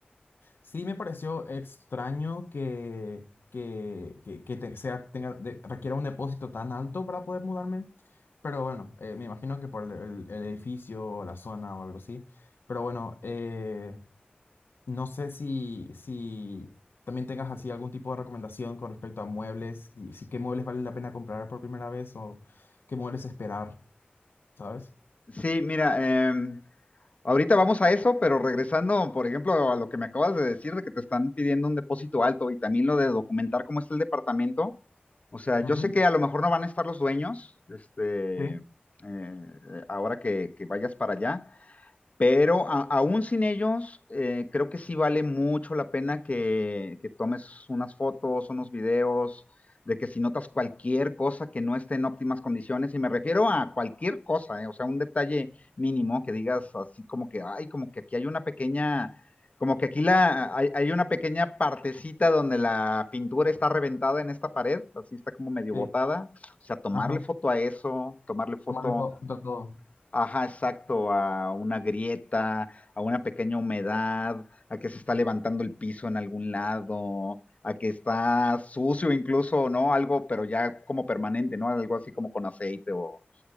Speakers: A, on the left; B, on the left.
A: Sí me pareció extraño que, que, que, que te- sea, tenga, de- requiera un depósito tan alto para poder mudarme, pero bueno, eh, me imagino que por el, el- el edificio o la zona o algo así. Pero bueno, eh, no sé si, si también tengas así algún tipo de recomendación con respecto a muebles, si, si qué muebles vale la pena comprar por primera vez o qué muebles esperar, ¿sabes?
B: Sí, mira, em, ahorita vamos a eso, pero regresando, por ejemplo, a lo que me acabas de decir de que te están pidiendo un depósito alto y también lo de documentar cómo está el departamento. O sea,
A: Ujú,
B: yo sé que a lo mejor no van a estar los dueños, este,
A: Sí,
B: eh, ahora que, que vayas para allá, pero a- aún sin ellos, eh, creo que sí vale mucho la pena que, que tomes unas fotos, unos videos, de que si notas cualquier cosa que no esté en óptimas condiciones, y me refiero a cualquier cosa, eh, o sea, un detalle mínimo que digas así como que, ay, como que aquí hay una pequeña, como que aquí la, hay, hay una pequeña partecita donde la pintura está reventada en esta pared, así está como medio
A: Sí,
B: botada, o sea, tomarle
A: ajá.
B: foto a eso, tomarle foto
A: Tomarle todo, todo.
B: Ajá, exacto, a una grieta, a una pequeña humedad, a que se está levantando el piso en algún lado, a que está sucio incluso, ¿no? Algo, pero ya como permanente, ¿no? Algo así como con aceite o,